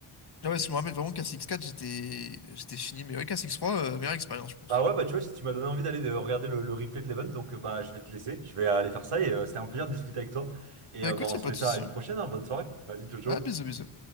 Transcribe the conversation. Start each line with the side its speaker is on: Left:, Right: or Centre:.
Left: Ah Ouais, je me rappelle vraiment qu'à six quatre j'étais j'étais fini. Mais ouais, qu'à 3 meilleure expérience, je pense.
Right: Bah ouais, bah tu vois, si tu m'as donné envie d'aller de regarder le, le replay de l'event, donc euh, bah je vais te laisser, je vais aller faire ça et euh, c'était un plaisir de discuter avec toi. Et
Left: Bah
Right: euh,
Left: écoute,
Right: bah on
Left: y a
Right: se
Left: pas
Right: fait
Left: de
Right: ça
Left: souci.
Right: à une
Left: hein.
Right: prochaine, hein. bonne soirée. Vas-y, ciao ciao.
Left: Ah, bisous, bisous.